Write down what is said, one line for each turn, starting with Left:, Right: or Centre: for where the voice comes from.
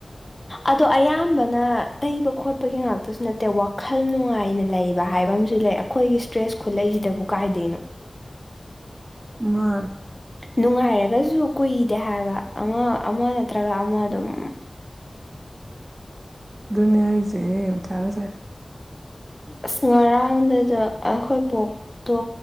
Left: ꯑꯗꯣ ꯑꯌꯥꯝꯕꯅ ꯇꯩꯕ ꯈꯣꯠꯄꯒꯤ ꯉꯥꯛꯇꯁꯨ ꯅꯠꯇꯦ ꯋꯥꯈꯜ ꯅꯨꯡꯉꯥꯏꯅ ꯂꯩꯕ꯫ ꯍꯥꯏꯕ ꯑꯃꯁꯨ ꯂꯩ ꯑꯩꯈꯣꯏꯒꯤ ꯏꯁꯇ꯭ꯔꯦꯁ ꯈꯨꯠꯂꯩꯁꯤꯗꯕꯨ ꯀꯥꯏꯗꯩꯅꯣ꯫
Right: ꯃꯥ꯫
Left: ꯅꯨꯡꯉꯥꯏꯔꯒꯁꯨ ꯀꯨꯏꯗꯦ ꯍꯥꯏꯕ ꯑꯃ ꯅꯠꯇ꯭ꯔꯒ ꯑꯃ ꯑꯗꯨꯝ꯫
Right: ꯗꯨꯅꯤ ꯍꯥꯏꯁꯦ ꯃꯊꯕꯨ ꯁꯥꯏ꯫
Left: ꯑꯁ ꯉꯔꯥꯡꯗꯁꯨ ꯑꯩꯈꯣꯏ ꯕꯣꯛꯇꯣ